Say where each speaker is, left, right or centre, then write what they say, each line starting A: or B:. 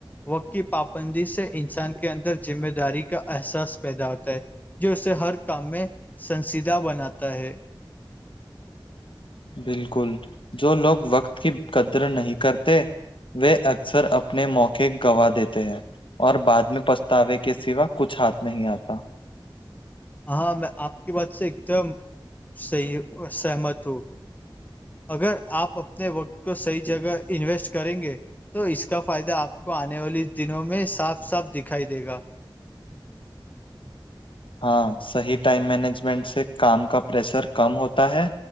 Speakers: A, on the left (about 20°); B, on the left (about 80°).
A: وقت کی پابندی سے انسان کے اندر ذمہ داری کا احساس پیدا ہوتا ہے جو اسے ہر کام میں سنسییدہ بناتا ہے
B: بالکل جو لوگ وقت کی قدر نہیں کرتے وہ اکثر اپنے موقع گوا دیتے ہیں اور بعد میں پچھتاوے کے سوا کچھ ہاتھ نہیں آتا
A: ہاں میں آپ کی بات سے ایک دم صحیح سہمت ہو اگر آپ اپنے وقت کو صحیح جگہ انویسٹ کریں گے تو اس کا فائدہ آپ کو آنے والے دنوں میں صاف صاف دکھائی دے گا
B: ہاں صحیح ٹائم مینجمنٹ سے کام کا پریشر کم ہوتا ہے